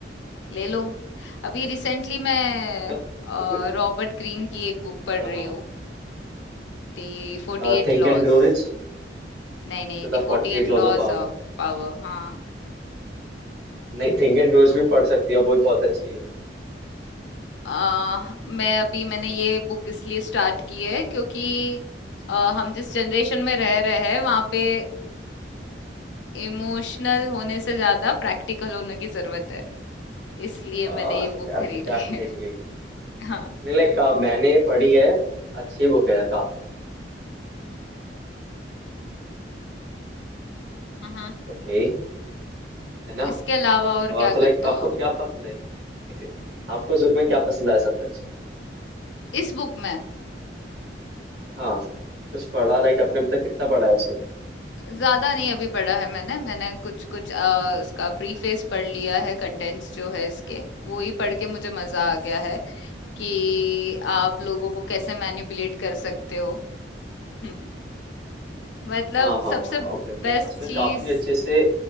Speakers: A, on the left; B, on the right.
A: ले लो अभी रिसेंटली मैं
B: मतलब तो कोई-
A: रॉबर्ट ग्रीन की एक बुक पढ़
B: हाँ
A: रही हूँ दी फोर्टी
B: हाँ
A: एट
B: think
A: लॉस
B: and grow rich
A: नहीं नहीं the
B: The
A: forty
B: फोर्टी
A: eight
B: एट laws
A: laws
B: of power
A: of power हाँ
B: नहीं थिंक एंड ग्रो रिच
A: तो
B: भी पढ़ सकती हो वो भी बहुत अच्छी है उनकी
A: अ, मैं अभी मैंने ये बुक इसलिए स्टार्ट की है क्योंकि अ, हम जिस जनरेशन में रह रहे हैं वहां पे इमोशनल होने से ज्यादा प्रैक्टिकल होने की जरूरत है इसलिए
B: <laughs>
A: मैंने ये बुक
B: डेफिनेटली
A: खरीदी है <laughs> हाँ
B: नहीं लाइक मैंने पढ़ी है अच्छी बुक है काफी
A: हम्म
B: ओके है ना
A: इसके अलावा और
B: अह,
A: क्या
B: तो लाइक
A: करते
B: आपको
A: हो आप
B: क्या पसंद आई एक second, आपको उस book में क्या पसंद आया सबसे अच्छा
A: इस बुक में
B: हाँ कुछ पढ़ा लाइक आपने अब तक कितना पढ़ा है उसे?
A: ज्यादा नहीं अभी पढ़ा है मैंने मैंने कुछ कुछ अ, उसका प्रीफेस पढ़ लिया है कंटेंट्स जो है इसके वो ही पढ़ के मुझे मजा आ गया है कि आप लोगों को कैसे मैनिपुलेट कर सकते हो <laughs> मतलब
B: हाँ हाँ
A: सबसे
B: हाँ ओके लाइक
A: बेस्ट
B: उसमें
A: चीज
B: काफी अच्छे से